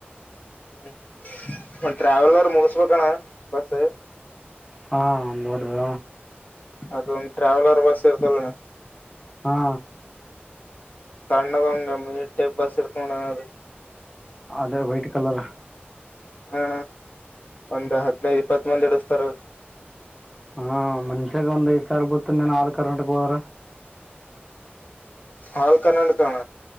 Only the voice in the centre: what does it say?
ಹಾಡದ..
ಹಾ.
ಅದೇ ವೈಟ್ ಕಲರ್.
ಹಾ ಮನ್ಷ್ಯಾಗ ಒಂದ್ ದ್ ಸಾವ ಬೊತ್ತು ನೀನ್ ಆದ ಕರ್ನಾಟಕ ಹೋದ್ರ.